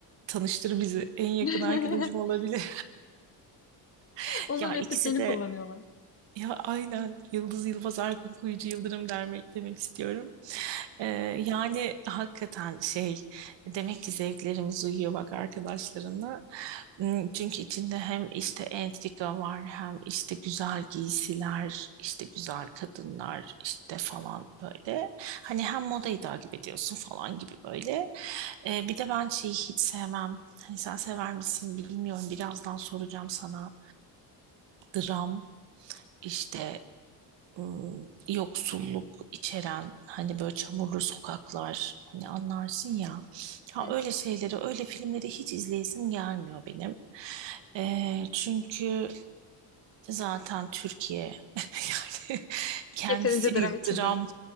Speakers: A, on the right (about 80°); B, on the left (about 30°).
A: tanıştır bizi. En yakın
B: <laughs>
A: arkadaşım olabilir. <laughs>
B: Onun
A: Ya
B: repliklerini
A: ikisi de
B: kullanıyorlar.
A: Ya aynen Yıldız Yılmaz Erkun Kuyucu Yıldırım demek, demek istiyorum. Ee, yani hakikaten şey demek ki zevklerimiz uyuyor bak arkadaşlarına. Hmm, Çünkü içinde hem işte entrika var hem işte güzel giysiler işte güzel kadınlar işte falan böyle. Hani hem modayı takip ediyorsun falan gibi böyle. Ee, bir de ben şeyi hiç sevmem. Hani sen sever misin bilmiyorum birazdan soracağım sana. Dram işte ım, yoksulluk içeren hani böyle çamurlu sokaklar hani anlarsın ya. Ha
B: Evet.
A: öyle şeyleri, öyle filmleri hiç izleyesim gelmiyor benim. Ee, çünkü zaten Türkiye <laughs> yani kendisi
B: Yeterince dram
A: bir
B: için
A: dram
B: değil.
A: <laughs>